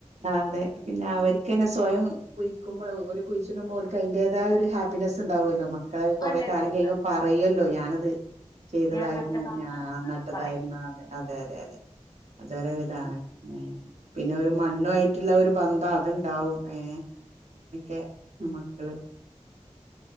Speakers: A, on the right (about 70°); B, on the left (about 35°).
A: ആ അതെ പിന്നെ അവർക്ക്ന്നെ സ്വയം കുയി നക്ക്പോ ഒരു കുഴിച്ചിടുബൊ ഓൽക്ക് അതിന്റേതായ ഒരു ഹാപ്പിനെസ് ഉണ്ടാവുമല്ലോ മക്കള് കൊറെ
B: അല്ലല്ലുണ്ട്
A: കാലം കഴിയ്പ പറയല്ലോ ഞാനത് ചെയ്തതായിരുന്നു
B: ഞാൻ നട്ടതാണ്
A: ഞാൻ
B: എന്ന്
A: നട്ടതായിരുന്നു
B: പറയും
A: അതെ അതെ അതെ അതെ അത ഇതാണ് ഉ പിന്നെ ഒരു മണ്ണുഅയി മറ്റുള്ള ഒരു ബന്ധം അതുണ്ടാവും ഏ അങ്ങനെയൊക്കെ മ്മക്കള്